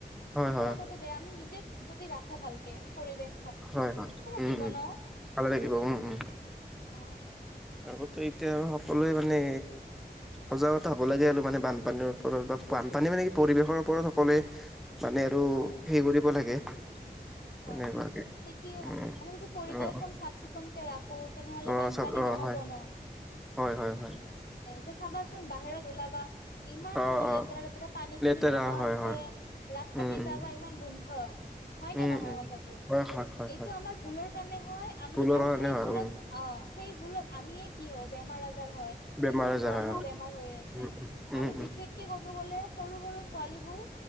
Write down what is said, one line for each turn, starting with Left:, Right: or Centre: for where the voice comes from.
Centre: হয়
Left: সেইটো
Centre: হয়
Left: কথাটো বেয়া আমি নিজে যদি ৰাখো ভালকে পৰিৱেশ
Centre: হয় হয় উম
Left: গিব
Centre: উম
Left: ন
Centre: ভালে লাগিব উম উম
Left: অ
Centre: আগতো এতিয়া সকলোৱে মানে সজাগতা হ'ব লাগে আৰু মানে বানপানীৰ ওপৰত বা বানপানী মানে কি পৰিৱেশৰ ওপৰত সকলোৱে মানে আৰু
Left: হয়
Centre: হেৰি কৰিব লাগে তেনেকুৱাকে
Left: হয় সেইটোয়ে
Centre: উম
Left: আমি আমি যদি পৰিৱেশখন
Centre: অ
Left: চাফ চিকুণকে ৰাখো তেনেহলে
Centre: অ
Left: বানপানী
Centre: চব অ
Left: নহব
Centre: হয়
Left: ন
Centre: হয় হয় হয়
Left: অ এতিয়া চাবাচোন বাহিৰত ওলাবা ইমান
Centre: অ
Left: মানে
Centre: অ
Left: লেতেৰা লেতেৰা পানী
Centre: লেতেৰা
Left: খিনি জমা
Centre: হয়
Left: হৈছে
Centre: হয়
Left: ৰাস্তা
Centre: উম
Left: দি
Centre: উম
Left: যাব ইমান গোন্ধ হয়
Centre: উম
Left: নে নহয়
Centre: উম
Left: কথাটো
Centre: হয় হয় হয়
Left: এইটো
Centre: হয়
Left: আমাৰ ভুলৰ কাৰণে হয় আমি
Centre: ভুলৰ
Left: আৰু
Centre: কাৰণে
Left: সেই
Centre: হয়
Left: ভুলত
Centre: উম
Left: অ সেই ভুলত আমিয়ে কিয় বেমাৰ আজাৰ হয়
Centre: বেমাৰ
Left: ইমান
Centre: আজাৰ
Left: ধৰণৰ
Centre: হয় উম
Left: বেমাৰ হৈ আছে
Centre: উম উম
Left: আৰু
Centre: উম
Left: বিশেষকে ক'ব গ'লে সৰু সৰু পোৱালী বোৰ